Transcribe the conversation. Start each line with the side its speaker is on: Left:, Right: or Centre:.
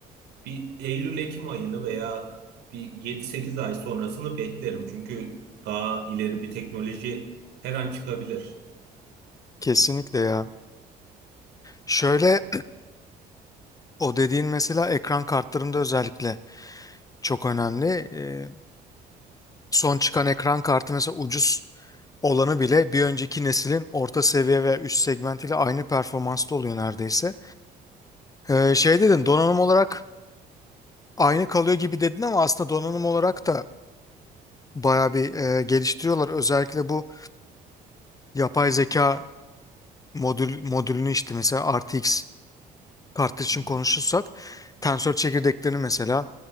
Right: bir Eylül-Ekim ayını veya bir yedi sekiz ay sonrasını beklerim. Çünkü daha ileri bir teknoloji her an çıkabilir.
Left: Kesinlikle ya. Şöyle <clears throat> o dediğin mesela ekran kartlarında özellikle çok önemli. E, son çıkan ekran kartı mesela ucuz olanı bile bir önceki neslin orta seviye veya üst segmentiyle aynı performansta oluyor neredeyse. E, şey dedin donanım olarak aynı kalıyor gibi dedin ama aslında donanım olarak da bayağı bir e, geliştiriyorlar. Özellikle bu yapay zeka modül modülünü işte mesela RTX kartı için
Right: Hı hı.
Left: konuşursak tensör çekirdeklerini mesela